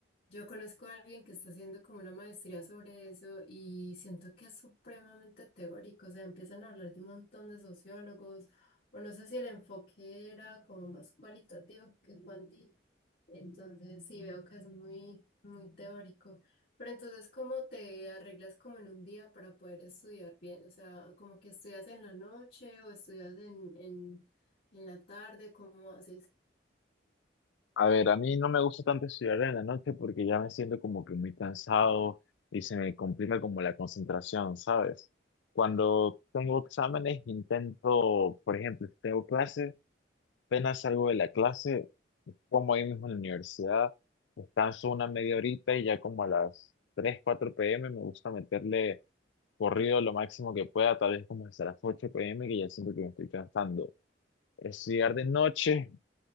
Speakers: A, on the left (about 50°); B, on the left (about 75°).
A: Yo conozco a alguien que está haciendo como una maestría sobre eso y siento que es supremamente teórico. O sea, empiezan a hablar de un montón de sociólogos, o no sé si el enfoque era como más cualitativo que cuantitativo. Entonces sí veo que es muy, muy teórico. Pero entonces, ¿cómo te arreglas como en un día para poder estudiar bien? O sea, como que estudias en la noche o estudias en, en, en la tarde, ¿cómo haces?
B: A ver, a mí no me gusta tanto estudiar en la noche porque ya me siento como que muy cansado y se me complica como la concentración, ¿sabes? Cuando tengo exámenes intento, por ejemplo, si tengo clases, apenas salgo de la clase, como ahí mismo en la universidad, descanso una media horita y ya como a las 3, 4 pm me gusta meterle corrido lo máximo que pueda, tal vez como hasta las 8 pm que ya siento que me estoy cansando. Estudiar de noche